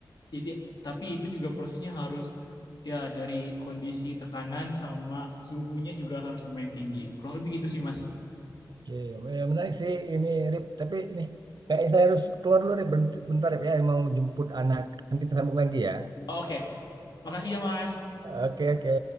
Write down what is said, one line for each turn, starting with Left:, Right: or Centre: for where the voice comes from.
Left: itu tapi itu juga prosesnya harus ya dari kondisi tekanan sama suhunya juga harus lumayan tinggi. Kurang lebih gitu sih Mas.
Right: Iya, iya. Ya, menarik sih ini Rip, tapi ini kayaknya saya harus keluar dulu Rip, Bent- bentar Rip ya, mau jemput anak. Nanti tersambung lagi ya.
Left: Oh, Oke, Makasih ya Mas.
Right: Oke, oke.